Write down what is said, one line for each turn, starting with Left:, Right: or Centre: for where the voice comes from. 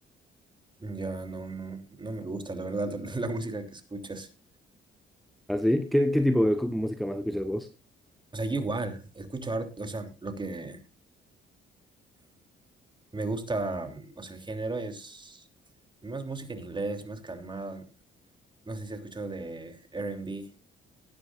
Right: Ya no, no, no me gusta, la verdad, la, <laughs> la música que escuchas.
Centre: ¿Ah, sí? ¿Qué, qué tipo de cu- música más escuchas vos?
Right: O sea, yo igual, escucho harto, o sea, lo que me gusta, mm, o sea, el género es más música en inglés, más calmada. No sé si has escuchado de R&B,